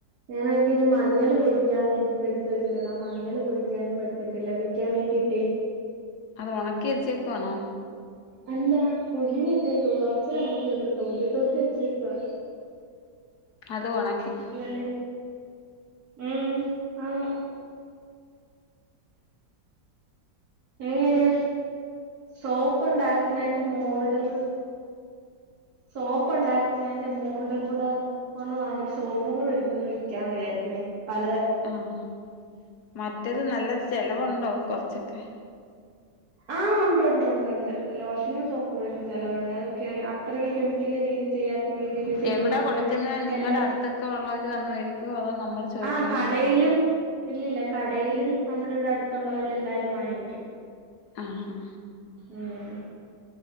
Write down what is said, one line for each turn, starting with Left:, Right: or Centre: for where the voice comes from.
Right: ഞാനാണെങ്കി ഇന്ന് മഞ്ഞൾ പൊടിക്കാൻ വേണ്ടീയിട്ട് എടുത്ത് വെച്ചിട്ടടാ മഞ്ഞള് പൊടിക്കാനും പറ്റിട്ടില്ല വിക്കാൻ വേണ്ടീട്ടേ
Left: അത് ഉണക്കി വെച്ചേക്ക വേണോ
Right: അല്ല പുഴുങ്ങി ഇട്ടേക്ക കൊറച്ച കണക്കിണ്ട് തോത്തി തോത്തി വെച്ചേക്കുവാ
Left: അത് ഒണ
Right: അതുല്ല ഉം ആന്നു നീ ഇലേ സോപ്പ് ഉണ്ടാക്കുന്നതിന്റെ മോൾഡങ് സോപ്പ് ഉണ്ടാക്കുന്നതിന്റെ മോൾഡും കൂടെ ഒന്ന് വാങ്ങിട്ട് സോപ്പും കും എടുത്തന്ന് വിൽക്കാൻതിയരിക്കുന്ന പല
Left: ആഹ് മറ്റത് നല്ല ചിലവുണ്ടോ കൊറച്ചൊക്കെ
Right: ആഹ് ഉണ്ട് ഉണ്ട് ഉണ്ട്ണ്ട് ലോഷനും സോപ്പും ഒഴിക്കും ചെലവുണ്ട് അത്രയും കെമിക്കല് ഒരിക്കല രീതി ചെയ്യാത്ത രീതിൽ ചെയ്യുന്നുണ്ട്
Left: എവിടാ കൊടുക്കുന്നെ നിങ്ങടെ
Right: എല്ലാം
Left: അടുത്തൊക്കെ ഉള്ളവര് വന്ന് മേടിക്കുവോ അതോ നമ്മൾ ചോദിക്കണോ
Right: ആഹ് കടയിലും ഇല്ലല്ല കടയിലും നമ്മുടെ ഇവിടെ അടുത്തുള്ളവര് എല്ലാരും വാങ്ങിക്കും
Left: ആഹ് ഹ
Right: ഉം